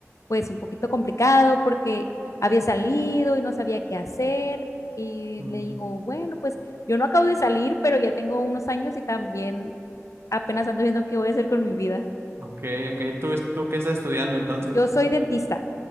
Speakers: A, on the left; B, on the right.
A: pues un poquito complicado porque había salido y no sabía qué hacer. Y
B: ujú.
A: le digo, bueno, pues yo no acabo de salir, pero ya tengo unos años y también apenas ando viendo qué voy a hacer con mi vida.
B: Ok, ok. ¿Tú, es- tú qué estás estudiando entonces?
A: Yo soy dentista.